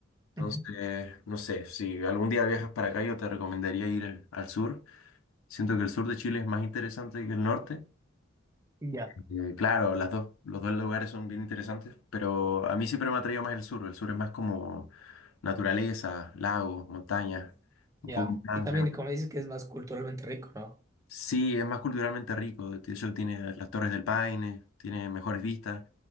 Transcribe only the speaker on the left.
Entonces,
no sé, si algún día viajas para acá, yo te recomendaría ir al al sur. Siento que el sur de Chile es más interesante que el norte.
Eh, claro, las dos, los dos lugares son bien interesantes, pero a mí siempre me ha atraído más el sur. El sur es más como naturaleza, lagos, montañas, un
poco más
de...
Sí, es más culturalmente rico. De hecho, tiene las Torres del Paine, tiene mejores vistas.